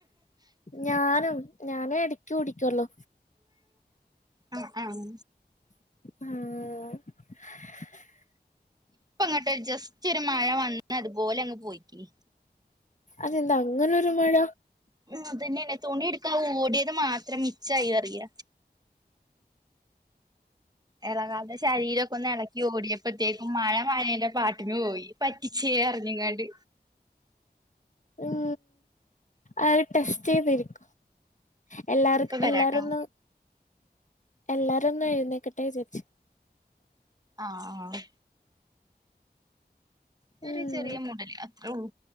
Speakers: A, on the left; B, on the right.
A: ഞാനും ഞാനും എടക്ക കുടിക്കൊള്ളു.
B: ആഹ് ആഹ്.
A: ആഹ്.
B: ഇപ്പ അങ്ങോട്ടൊരു ജസ്റ്റ് ഒരു മഴ വന്ന് അതുപോലെ അങ്ങ് പോയിക്കി.
A: അതെന്ത അങ്ങനൊരു മഴ.
B: ഉംഹ് അതന്നെന തുണി ഇടുക്കാൻ ഓടിയത് മാത്രം മിച്ചായി പറിയ. ഇളങ്ങാതെ ശരീരൊക്കെ ഒന്ന് ഇളക്കി ഓടിയപ്പോ. പ്പത്തേക്കും മഴ മായേന്റെ പാട്ടിനു പോയി പറ്റിച്ചേന്നറ്ഞ്ഞ്ങ്ങാണ്ട്.
A: ഉം അത് ടെസ്റ്റ് ചെയ്തര്ക്കും എല്ലാർ
B: ഇപ്പ വരാട്ടോ
A: എല്ലാര് ഒന്ന്. എല്ലാരൊന്ന് എഴുന്നേക്കട്ടെ വിചാരിച്ച്.
B: ആഹ് ആഹ്. ന്നൊരു
A: ഉം
B: ചെറിയ മൂടല് അത്ര ള്ളു